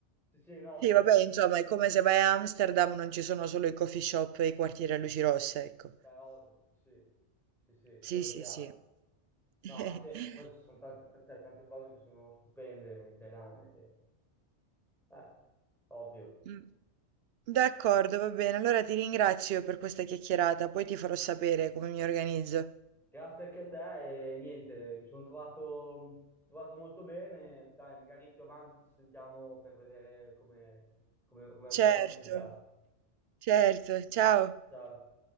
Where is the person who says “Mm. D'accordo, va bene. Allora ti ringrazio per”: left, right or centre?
Right